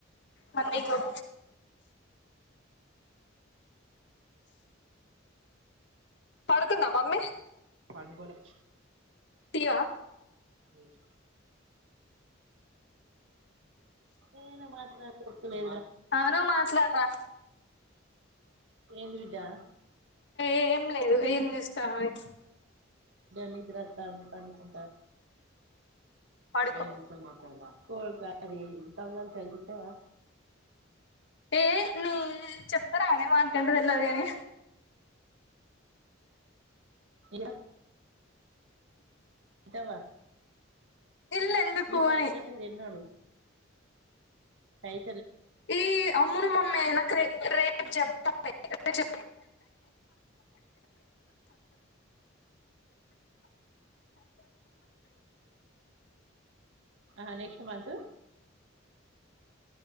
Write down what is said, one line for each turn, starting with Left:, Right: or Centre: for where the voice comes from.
Left: మన గ పడుతుందాం మమ్మీ
Right: పడుగొల
Left: తీటీవా
Right: అయ్యో ఏ మాత్ర లే
Left: ఆ నువ్వు మాట్లాడరా
Right: ఏంటి విడా
Left: ఏం లేదు ఏం చేస్తామని
Right: నిద రాత పడుకుంటారు
Left: పడుకో
Right: ఐదు నింసాల మా కో కా తలు చలింటవా
Left: ఏ నీ చక్కర ఆనే వా ద అని
Right: ఇ ఇద్దవా
Left: ఇల్లు ఎందుకు
Right: నీ పైస
Left: అని
Right: కట్టేదిన్నాడు సయి
Left: ఈ అమ్మును మమ నాకే రేప్ జప్ చె
Right: ఆ నెక్స్ట్ మంత్